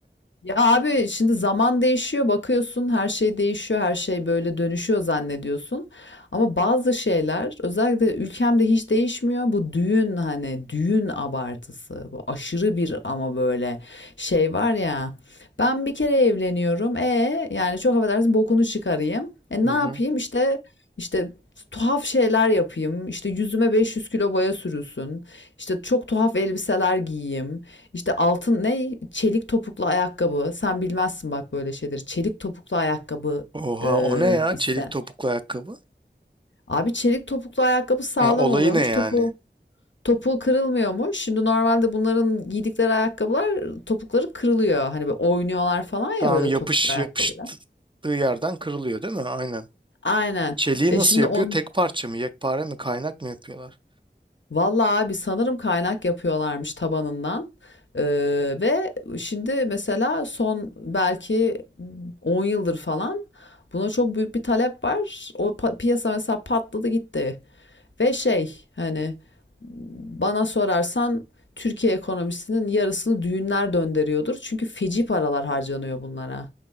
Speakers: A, on the left; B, on the right.
A: Ya abi şimdi zaman değişiyor, bakıyorsun her şey değişiyor, her şey böyle dönüşüyor zannediyorsun. Ama bazı şeyler özellikle ülkemde hiç değişmiyor. Bu düğün hani düğün abartısı. Bu aşırı bir ama böyle şey var ya. Ben bir kere evleniyorum. E yani çok affedersin bokunu çıkarayım. E
B: Hı
A: ne yapayım?
B: hı.
A: işte işte tuhaf şeyler yapayım. İşte yüzüme 500 kilo boya sürülsün. İşte çok tuhaf elbiseler giyeyim. İşte altın ne? Çelik topuklu ayakkabı. Sen bilmezsin bak böyle şeyleri. Çelik topuklu ayakkabı
B: Oha
A: e,
B: o ne ya?
A: iste.
B: Çelik topuklu ayakkabı.
A: Abi çelik topuklu ayakkabı sağlam
B: Ya olayı
A: oluyormuş.
B: ne yani?
A: Topu topuğu kırılmıyormuş. Şimdi normalde bunların giydikleri ayakkabılar topukları kırılıyor. Hani böyle oynuyorlar falan ya
B: Tamam
A: böyle
B: yapış
A: topuklu ayakkabıyla.
B: yapıştığı yerden kırılıyor değil mi? Aynen.
A: Aynen.
B: Çeliği
A: E
B: nasıl
A: şimdi
B: yapıyor?
A: on
B: Tek parça mı? Yekpare mi? Kaynak mı yapıyorlar?
A: Vallahi abi sanırım kaynak yapıyorlarmış tabanından. Ee, ve şimdi mesela son belki 10 yıldır falan buna çok büyük bir talep var. O pa- piyasa mesela patladı gitti. Ve şey hani bana sorarsan Türkiye ekonomisinin yarısını düğünler döndürüyordur. Çünkü feci paralar harcanıyor bunlara.